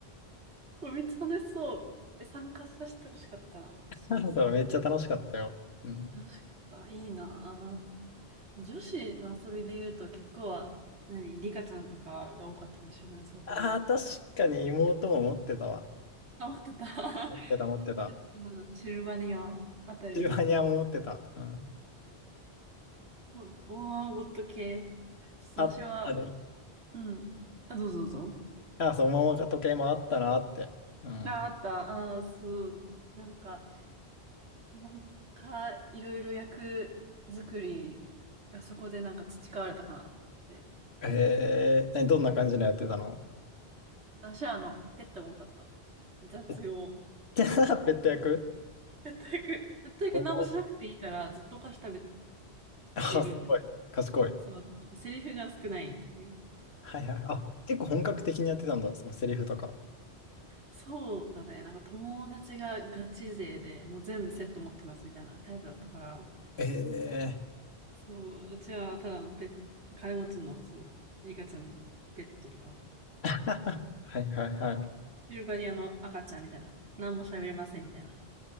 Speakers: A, on the right; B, on the left.
A: これめっちゃ楽しそう。え、参加させてほしかったな。
B: <laughs>
A: 私も。
B: そう、めっちゃ楽しかったよ。うん。
A: 楽しかった。いいなぁ。女子の遊びで言うと結構は、何、リカちゃんとかが多かったかもしれない。そう考えると。
B: ああ、確かに妹も持ってたわ。
A: あ、思ってた。<laughs>
B: 持ってた、持ってた。
A: リカちゃん、シルバニアあたりの、
B: シルバニアも持ってた。うん。
A: うんオーアーゴット系。私は、
B: あったで
A: うん。あ、どうぞどうぞ。
B: あ、そう、桃か時計もあったなって。うん。
A: あ、あった。あー、そう。なんか、なんか、いろいろ役作りがそこでなんか培われたかなと思って。
B: えー、えどんな感じのやってたの
A: 私はあの、ペットが多かった。雑用。
B: ペ
A: <laughs>
B: ッ <laughs> ペット役
A: 全く、全く何もしなくていいから、
B: おー
A: ずっとお菓子食べて
B: あ、
A: れるんだ。
B: すごい。賢い。
A: そう、セリフが少ないっていう。
B: はいはい。あ、結構本格的にやってたんだ、そのセリフとか。
A: そうだね。なんか友達がガチ勢で、もう全部セット持ってますみたいなタイプだったから、
B: え
A: そう、うちはただのペット、金持ちの、その、リカちゃんのペットとか、
B: ー、<laughs> はいはいはい。
A: シルバニアの赤ちゃんみたいな、何も喋れませんみたいな